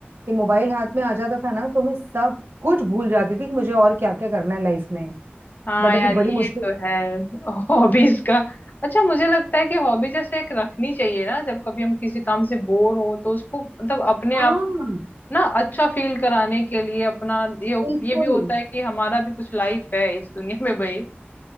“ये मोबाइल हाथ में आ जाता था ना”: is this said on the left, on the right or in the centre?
Right